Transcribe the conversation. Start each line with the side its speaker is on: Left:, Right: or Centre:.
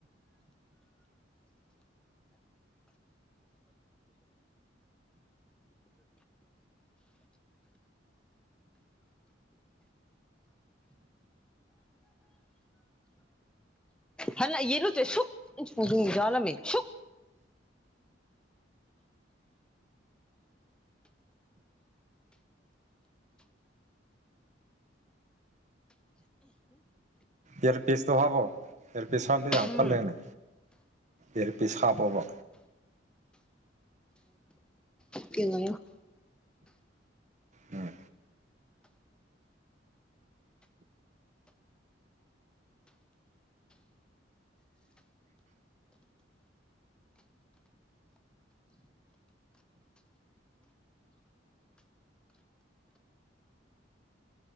Centre: ꯍꯅ ꯌꯦ ꯅꯠꯇ ꯁꯨꯛ ꯖꯂ ꯁꯨꯛ
Right: ꯏꯔ ꯄꯤꯁꯇꯣ ꯍꯕꯣ ꯏꯔ ꯄꯤꯁ ꯍꯗꯤ ꯌꯥꯝ
Centre: ꯎꯝ
Right: ꯈꯔ ꯂꯩꯅꯦ ꯦꯔꯤ ꯄꯤꯁ ꯍꯥꯞꯄꯕ
Centre: ꯀꯦꯉꯣ
Right: ꯎꯝ